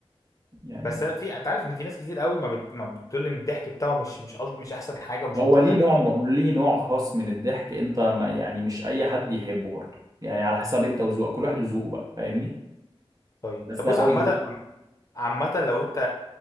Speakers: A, on the right; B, on the left.
A: يعني
B: بس أنا في أنت عارف إن في ناس كتير قوي ما, بت... ما بتقول إن الضحك بتاعه مش مش ألط... مش أحسن حاجة ومش
A: هو
B: ألطف
A: ليه
B: حاجة
A: نوع م- ليه نوع خاص من الضحك انت ما يعني مش اي حد يحبه برضه يعني على حسب انت وذوقك كل واحد وذوقه بقى فاهمني
B: طيب
A: بس
B: طب
A: ده
B: بص
A: هو
B: عامة
A: ذوق
B: عامة لو انت